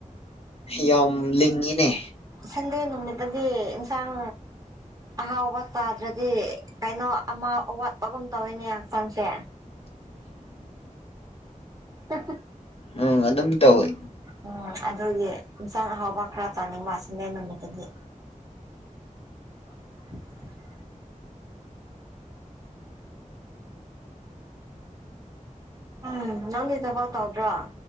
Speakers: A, on the left; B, on the right.
A: ꯌꯥꯝ ꯂꯤꯡꯉꯤꯅꯦ
B: ꯁꯟꯗꯦ ꯅꯨꯃꯤꯠꯇꯗꯤ ꯏꯟꯁꯥꯡ ꯑꯍꯥꯎꯕ ꯆꯥꯗ꯭ꯔꯗꯤ ꯀꯩꯅꯣ ꯑꯃ ꯑꯋꯥꯠꯄꯒꯨꯝ ꯇꯧꯋꯤꯅꯦ ꯍꯛꯆꯥꯡꯁꯦ
A: <unintelligible>
B: ꯀ
A: ꯎꯝ ꯑꯗꯨꯝ ꯇꯧꯋꯤ
B: ꯎꯝ ꯑꯗꯨꯗꯤ ꯏꯟꯁꯥꯡ ꯑꯍꯥꯎꯕ ꯈꯔ ꯆꯥꯅꯤꯡꯕ ꯁꯟꯗꯦ ꯅꯨꯃꯤꯠꯇꯗꯤ <inaudible> ꯎ ꯅꯪꯗꯤ ꯊꯕꯛ ꯇꯧꯗ꯭ꯔꯥ